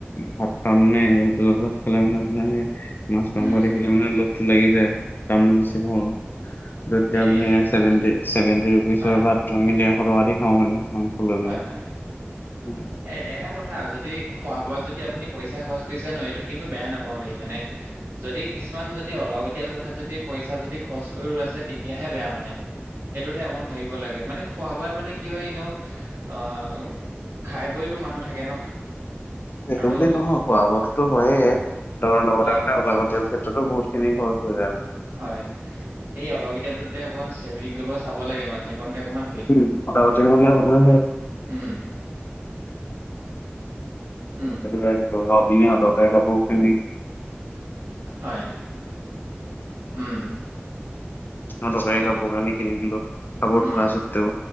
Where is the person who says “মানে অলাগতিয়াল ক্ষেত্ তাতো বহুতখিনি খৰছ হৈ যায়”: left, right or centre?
Left